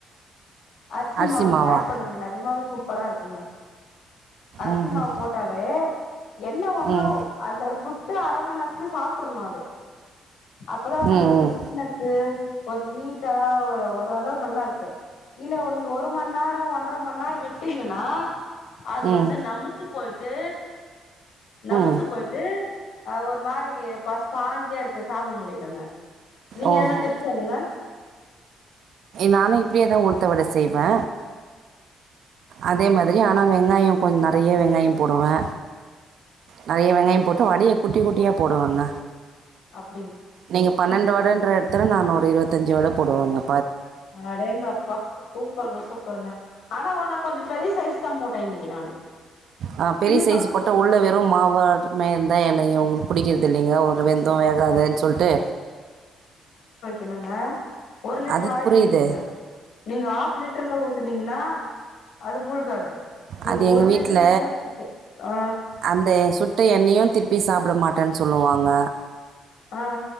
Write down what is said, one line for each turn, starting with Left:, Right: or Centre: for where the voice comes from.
Left: அரிசிமாவ
Right: அரிசி
Left: நீங்க
Right: மாவா
Left: ஆட் பண்ணுங்க நெஜமாவே சூப்பரா இருக்குங்க அரிசி
Right: ம்
Left: மாவு
Right: ம்
Left: போட்டாவே என்ன ஒண்ணு
Right: ம்
Left: அந்த சுட்டு அரைமணி நேரத்துல சாப்பிடரணம் அது அப்பதா வந்து
Right: ம் ம்
Left: அந்த கிறிஸ்னஸ் ஒரு நீட்டா வரு ஓரளவு நல்லா இருக்கு இல்ல உ நீங்க ஒரு மணி நேரோ ஒன்றரை மணி நேரோ விட்டீங்கன்னா அது
Right: ம்
Left: வந்து நமுத்து போயிட்டு நமுத்து
Right: ம்
Left: போயிட்டு அஹ் ஒரு மாதிரி பச பாஞ்சியா இருக்கறது சாப்பிட முடியலங்க நீங்க
Right: ஓஹோ
Left: எதனா டிப்ஸ் என
Right: நானு இப்டியே தா உளுத்த வடை செய்வே அதே மாதிரி ஆனா வெங்காயோ கொஞ் நெறைய வெங்காய போடுவே நெறைய வெங்காயம் போட்டு வடைய குட்டி குட்டியா போடுவாங்க
Left: அப்
Right: நீங்க பன்னெண்டு வடன்ற இடத்துல நானு ஒரு இருபத்தஞ்சு வட போடுவாங்க
Left: அடேங்கப்பா சூப்பர்ங்க சூப் சூப்பர்ங்க ஆனா உன்னா கொஞ்சோ பெரிய சைஸ் தா போட்டே இன்னைக்கி நானு
Right: ஆ பெரிய
Left: சின்ன
Right: சைஸு
Left: சா
Right: போட்ட உள்ள வெறு மாவாட மேந் தா எண்ணைய உங்களுக்கு புடிக்குது இல்லைங்க ஒரு வெந்து வேகாதுன்னு சொல்லிட்டு
Left: என்னங்க ஒரு லிட்டர்
Right: அது
Left: ஆயில்
Right: புரியுது
Left: ஊத்திடுங்க நீங்க ஹாஃப் லிட்டர்ல ஊத்தனீங்கன்னா அது மூழ்காது நீங்க
Right: அது எங்க
Left: ஒரு
Right: வீட்டல
Left: லிட்டர் நல்லா ஆ
Right: அந்த சுட்டை எண்ணெயையு திருப்பி சாப் ப்பிட மாட்டேன்னு சொல்லுவாங்க
Left: ஆ ஆ